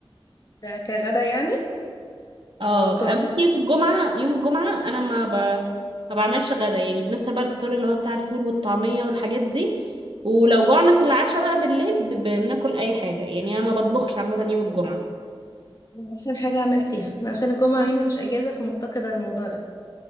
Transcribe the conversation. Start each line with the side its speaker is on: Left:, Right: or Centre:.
Left: ده كغدا يعني
Right: اه
Left: ولا فطار
Right: بس يوم الجمعة يوم الجمعة انا ما ب... ما بعملش غدا يعني بنفطر بقى الفطار اللي هو بتاع الفول والطعمية والحاجات دي ولو جوعنا في العشاء بقى بالليل ب... بناكل اي حاجة يعني انا ما بطبخش عامة يوم الجمعة
Left: احسن حاجه عملتيها عشان الجمعه هنا مش اجازه فمفتقده الموضوع ده